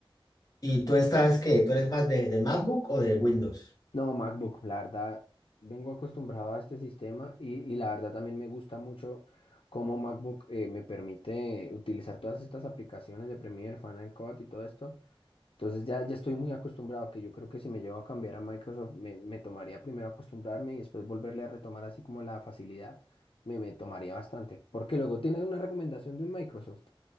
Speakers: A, on the left; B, on the left.
A: ¿Y tú estás qué? ¿Tú eres más de, de MacBook o de Windows?
B: No, MacBook, la verdad, vengo acostumbrado a este sistema y, y la verdad también me gusta mucho cómo MacBook eh, me permite utilizar todas estas aplicaciones de Premiere, Final Cut y todo esto. Entonces ya, ya estoy muy acostumbrado, que yo creo que si me llevo a cambiar a Microsoft, me, me tomaría primero acostumbrarme y después volverle a retomar así como la facilidad, me, me tomaría bastante. Porque luego tienes una recomendación de un Microsoft.